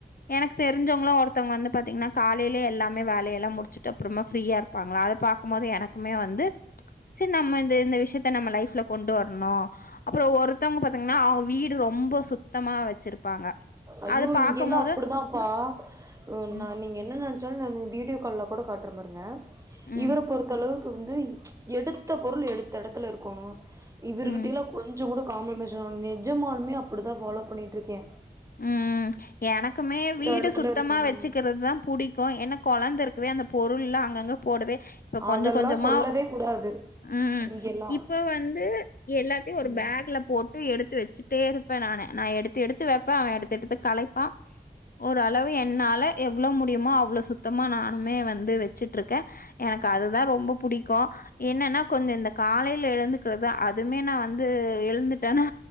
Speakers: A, on the left (about 55°); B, on the right (about 15°).
A: எனக்கு தெரிஞ்சவங்களும் ஒருத்தவங்க வந்து பாத்தீங்கன்னா காலையில எல்லாமே வேலைய எல்லாம் முடிச்சுட்டு அப்புறமா ஃப்ரீயா இருப்பாங்களா அதை பாக்கும் போது எனக்குமே வந்து சரி நம்ம இந்த இந்த விஷயத்த நம்ம லைஃப்ல கொண்டு வரணும் அப்புறம் ஒருத்தவங்க பாத்தீங்கன்னா அவுங் வீடு ரொம் ரொம்ப சுத்தமா வச்சிருப்பாங்க
B: ஐயோ
A: அத பாக்கும்போது
B: இங்கெல்லாம் அப்டிதாப்பா உ
A: ம்,
B: ந நீங்க என்ன நினைச் ஜல் வீடியோ கால்ல கூட காட்ரே பாருங்க
A: ம்.
B: இவர் பொறுத்தளவுக்கு இப்ப வந்து எடுத்த பொருள் எடுத்த இடத்துல இருக்கணும் இவர்கிட்டில
A: ம்.
B: கொஞ் கொஞ்ச கூட கான்பர்மேஷன் ஆனுமே நிஜமாளுமே அப்டிதான் ஃபாலோ பண்ணிட் ருக்கேன்
A: உம் உம் எனக்குமே வீடு
B: எடத்துல
A: சுத்தமா
B: இருக்கணு
A: வச்சுக்கிறது தான் புடிக்கும் என்ன கெழந்த இருக்கவே அந்த பொருள் அங் போடவே இப்ப கொஞ்ச
B: அதெல்லா
A: கொஞ்சமா
B: சொல்லவே கூடாது
A: உம்
B: இங்கெல்லா
A: இப்ப வந்து எல்லாத்தையும் ஒரு
B: ம்
A: பேக்ல போட்டு எடுத் இது வச்சுட்டே இருப்பேன் நானே நான் எடுத்து எடுத்து வெப் அப்பா எடுத்து எடுத்து கலைப்பான் ஒரு அளவு என் என்னால எவ்வளவு முடியுமோ அவ்ளோ சுத்தமா நானுமே வந்து வச்சுட்டு இருக்கேன் எனக்கு அதுதான் ரொம்ப பிடிக்கும் என்னன்னா கொஞ்சம் இந்த காலையில எழுந்துக்கறத அதுமே நான் வந்து எழுந்துட்டேன்னா